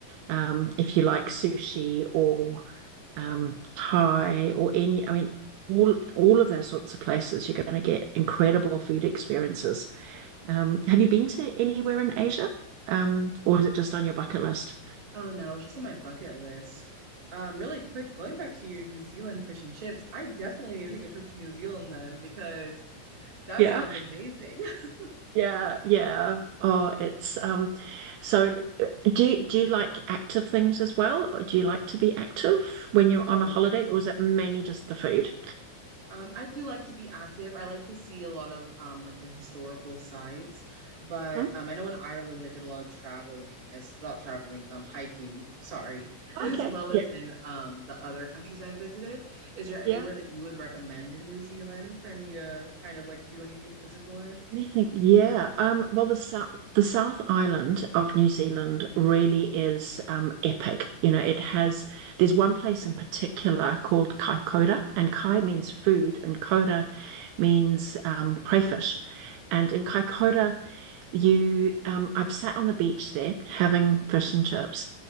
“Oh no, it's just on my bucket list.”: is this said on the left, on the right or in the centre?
Right